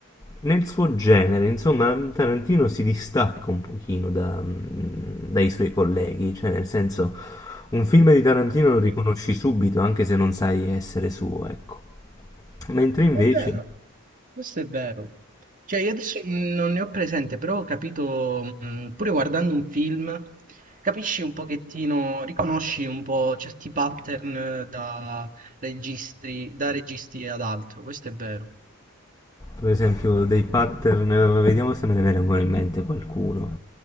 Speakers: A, on the left (about 15°); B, on the right (about 40°).
A: nel suo genere, insomma, Tarantino si distacca un pochino da, mh, dai suoi colleghi, cioè nel senso un film di Tarantino
B: Capito?
A: lo riconosci subito, anche se non sai essere suo, ecco. Mentre invece...
B: È vero, questo è vero. Cioè, io adesso non ne ho presente, però ho capito, mh, pure guardando un film, capisci un pochettino, riconosci un po' certi pattern da registri, da registi ad altro, questo è vero.
A: per esempio dei pattern, eh, vediamo se me ne viene ancora in mente qualcuno.